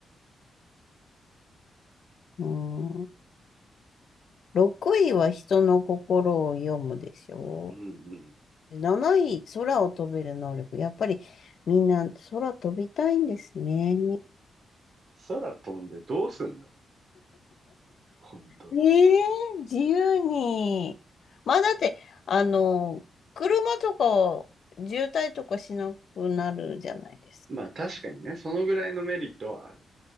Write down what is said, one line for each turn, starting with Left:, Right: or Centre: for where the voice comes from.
Left: うーん。6位は人の心を読むでしょ
Right: うん、うん。
Left: う。7位、空を飛べる能力。やっぱりみんな空飛びたいんですね。
Right: 空飛んでどうすんの本当。
Left: ええ自由に。まあだって、あの、車とか渋滞とかしなくなるじゃないですか。
Right: まあ確かにね、そのぐらいのメリットはある。